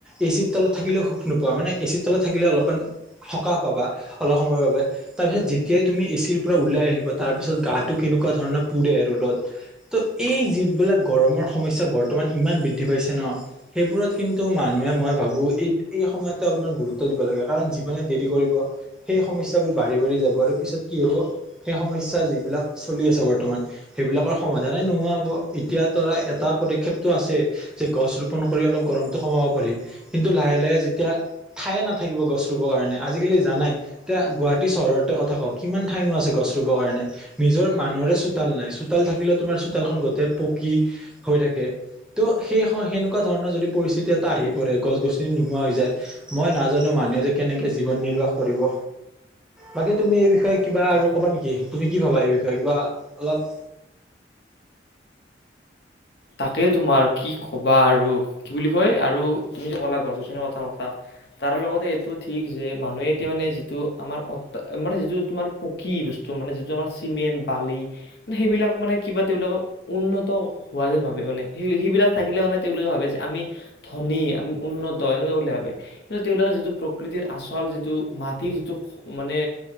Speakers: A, in the centre; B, on the left.
A: এ চিৰ তলত থাকিলেও সুখ নোপোৱা, মানে এ চিৰ তলত থাকিলে অলপমান সকাহ পাবা, অলপ সময়ৰ বাবে। তাৰপিছত যেতিয়াই তুমি এ চিৰ পৰা ওলাই আহিবা, তাৰ পিছত গাটো কেনেকুৱা ধৰণৰ পুৰে ৰ'দত। ত' এই যিবিলাক গৰমৰ সমস্যা বৰ্তমান ইমান বৃদ্ধি পাইছে ন সেইবোৰত কিন্তু মানুহে, মই ভাবো এইখিনি সময়তে অলপমান গুৰুত্ব দিব লাগে। কাৰণ, যিমানে দেৰি কৰিব সেই সমস্যাবোৰ বাঢ়ি বাঢ়ি যাব আৰু পিছত কি হ'ব - সেই সমস্যা, যিবিলাক চলি আছে বৰ্তমান সেইবিলাকৰ সমাধানেই নোহোৱা হ'ব। এতিয়াটো ধৰা এটা পদক্ষেপটো আছেই যে গছ ৰোপন কৰি অলপ গৰমটো কমাব পাৰি। কিন্তু, লাহে লাহে যেতিয়া ঠায়ে নাথাকিব গছ ৰুবৰ কাৰণে। আজিকালি জানাই তিয়া গুৱাহাটী চহৰতে কথা কওঁ - কিমান ঠাইনো আছে গছ ৰুবৰ কাৰণে? নিজৰ মানুহৰে চোতাল নাই। চোতাল থাকিলেও তোমাৰ চোতালখন গোটেই পকী হৈ থাকে। ত' সেই স সেনেকুৱা ধৰণৰ যদি পৰিস্থিতি এটা আহি পৰে, গছ গছনি নোহোৱা হৈ যায়, মই নাজানো মানুহে যে কেনেকে জীৱন নিৰ্বাহ কৰিব! বাকী, তুমি এই বিষয়ে কিবা
B: তাক
A: আৰু ক'বা নেকি? তুমি কি ভাবা এই বিষয়ে, কিবা অলপ
B: তাকে তোমাৰ কি ক'বা আৰু, কি বুলি কয় - আৰু তুমি যে ক'লা গছ গছনিৰ কটা কথা তাৰ লগতে এইটোও ঠিক যে, মানুহে এতিয়া মানে যিটো আমাৰ অ মানে যিটো তোমাৰ পকী বস্তু, মানে যিটো আমাৰ চিমেণ্ট বালি সেইবিলাক মানে কিবা তেওঁলোকক উন্নত হোৱা যেন ভাবে মানে, সেই সেইবিলাক থাকিলে মানে তেওঁলোকে ভাবে যে আমি ধনী? আমি উন্নত, এনেকুৱা বুলি ভাবে। কিন্তু তেওঁলাকৰ যিটো প্ৰকৃতিৰ আচল যিটো, মাটিৰ যিটো মানে